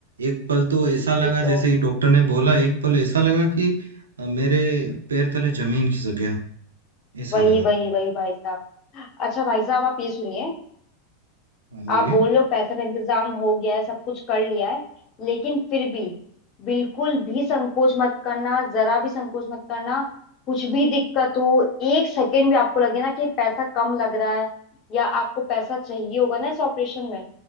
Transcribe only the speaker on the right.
एक पल तो ऐसा लगा
जैसे ही डॉक्टर ने बोला एक पल ऐसा लगा कि अ, मेरे पैर तले जमीन खिसक गया ऐसा
लगा
हाँ बोलिए